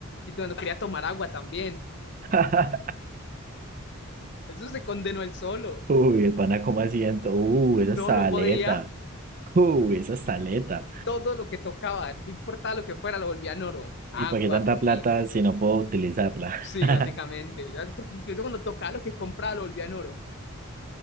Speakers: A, on the left; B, on the right.
A: y cuando quería tomar agua también,
B: <laughs>
A: eso se condenó él solo,
B: Uy, el pana como asiento. Uy, esa
A: no,
B: saleta.
A: no podía,
B: Uy, esa saleta.
A: todo lo que tocaba, no importaba lo que fuera, lo volvía en oro, agua,
B: ¿Y para qué tanta
A: comida.
B: plata si no puedo utilizarla?
A: Sí,
B: <laughs>
A: básicamente, ¿verdad? Porque incluso cuando tocaba lo que compraba lo volvía en oro.